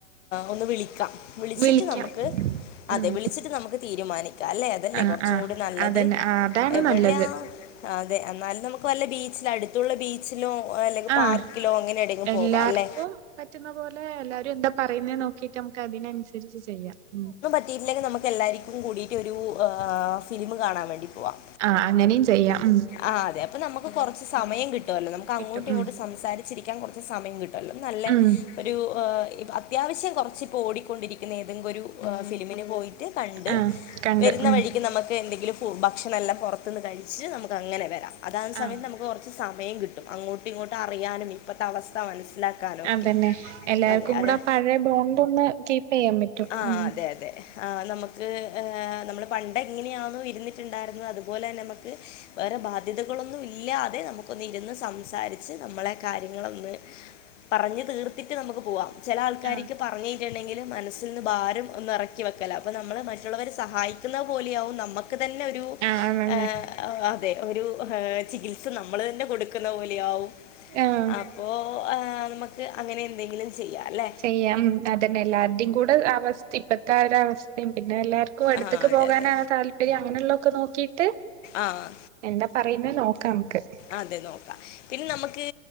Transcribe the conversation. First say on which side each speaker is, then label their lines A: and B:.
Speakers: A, on the left; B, on the right.
A: ഒന്ന് വിളിക്കാം. വിളിച്ചിട്ട്
B: വിളിക്കാം
A: നമ്മക്ക് അതെ
B: ഉം
A: വിളിച്ചിട്ട് നമുക്ക് തീരുമാനിക്കാം അല്ലെ അതല്ലേ
B: ആഹ്
A: കൊറച്ചും
B: ആഹ്
A: കൂടി നല്ലത്.
B: അതന്നെ ആഹ് അതാണ്
A: എവിടെയാ
B: നല്ലത്
A: അതെ എന്നാലും നമുക്ക് വല്ല ബീച്ചില് അടുത്തുള്ള ബീ ച്ചിലൊ അല്ലെങ്കി പാർക്കിലോ
B: ആഹ്
A: അങ്ങനെ എടെങ്കിലും
B: എല്ലാർക്കും
A: പോവാ അല്ലെ?
B: പറ്റുന്ന പോലെ എല്ലാരും എന്താ പറയുന്നെ നോക്കിട്ട് നമുക്ക് അതിനനുസരിച്ച് ചെയ്യാം. ഉം
A: പറ്റീല്ലെങ്കി നമ്മക്ക് എല്ലാര്ക്കും കൂടിയിട്ട് ഒരു ഫിലിമ് കാണാൻ വേണ്ടി പോവാം.
B: ആഹ് അങ്ങനേം ചെയ്യാം. ഉം
A: ആഹ് അതെ അപ്പൊ നമുക്ക് കൊറച്ച് സമയം കിട്ടുവല്ലോ നമ്മക്ക് അങ്ങോട്ടിങ്ങോട്ട്
B: കിട്ടും ഉം
A: സംസാരിച്ചിരിക്കാൻ കൊറച്ച് സമയം കിട്ടും. ല്ല നല്ല
B: ഉം
A: ഒരു അത്യാവശ്യം കൊറച്ചിപ്പോ ഓടിക്കൊണ്ടിരിക്കുന്ന ഏതെങ്കൊരു ഫിലിമിന് പോയിട്ട് കണ്ട്
B: ആഹ് കണ്ട്
A: വരുന്ന
B: ഉം
A: വഴിക്ക് നമ്മക്ക് എന്തെങ്കിലും ഉം ഭക്ഷണല്ലാം പുറത്തുന്ന് കഴിച്ച് നമുക്കങ്ങനെ വരാം അതാന്ന സമയത്ത്
B: ആഹ്
A: നമ്മക്ക് കൊറ സമയം കിട്ടും അങ്ങോട്ടും ഇങ്ങോട്ട് അറിയാനെ ഇപ്പത്തെ അവസ്ഥ മനസ്സിലാക്കാനും ഒക്കെ
B: അതന്നെ എല്ലാര്ക്കും
A: അതെ അതാ
B: കൂടെ ആ പഴയ ബോണ്ടൊന്ന് കീപ്പെയ്യാൻ പറ്റും.
A: ആഹ്
B: ഉം
A: അതെ അതെ ആഹ് നമ്മക്ക് നമ്മള് പണ്ടെങ്ങനെയാന്നോ ഇരുന്നിട്ടുണ്ടായിരുന്നത് അതുപോലെന്നെ നമ്മക്ക് വേറെ ബാധ്യതകളൊന്നുമില്ലാതെ നമുക്കൊന്ന് ഇരുന്ന് സംസാരിച്ച് നമ്മളെ കാര്യങ്ങളൊന്ന് പറഞ് തീർത്തിട്ട് നമുക്ക് പോവാം. ചില ആൾക്കാരിക്ക്
B: ആഹ്
A: പറഞ്ഞിട്ടുണ്ടെങ്കില് മനസ്സി നിന്ന് ഭാരം ഒന്നിറക്കി വെക്കല. അപ്പോ നമ്മള് മറ്റുള്ളവരെ സഹായിക്കുന്ന പോലെയാകും നമ്മ തന്നെ ഒരു
B: ആഹ് അതന്നെ
A: ആഹ് അതെ. ഒരു ചികിത്സ നമ്മള് തന്നെ കൊടുക്കുന്ന പോലെയാവും
B: ആഹ്
A: അപ്പോ ആഹ് നമക്ക് അങ്ങനെ എന്തെങ്കിലും ചെയ്യാല്ലെ?
B: ചെയ്യാം. അതന്നെ എല്ലാരുടെയും കൂടെ അവസ്ഥ ഇപ്പത്തെ ഒരു അവസ്തേം പിന്നെ എല്ലാവർ ക്കും അടുത്തെക്ക്
A: ആഹ് അതെ
B: പോകാനാണ്
A: അതെ
B: താല്പര്യം അങ്ങനെയുള്ളൊക്കെ നോക്കിട്ട്
A: ആഹ്
B: എന്താ പറയുന്നേന്ന് നോക്കാം നമ്മക്ക്
A: അതെ നോക്കാം. പിന്നെ നമ്മ ക്ക്